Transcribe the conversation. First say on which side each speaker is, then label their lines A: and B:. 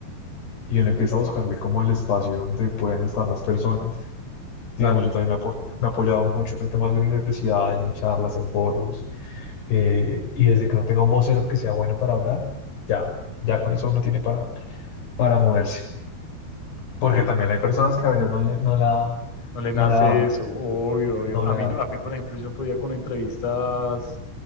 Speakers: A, on the left (about 70°); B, on the left (about 40°).
A: y uno empieza a buscarle como el espacio donde pueden estar las personas. Digamos,
B: claro,
A: yo también me, apo- me he apoyado mucho en temas de universidades, en charlas, en foros eh, y desde que no tenga un vocero que sea bueno para hablar, ya, ya con eso uno tiene para, para moverse. Porque
B: sí.
A: también hay personas que a veces no, le- no la,
B: No le nace
A: no la dan,
B: eso, obvio, obvio.
A: no
B: A
A: le
B: mí,
A: dan.
B: no- a mí, por ejemplo, yo no podía con entrevistas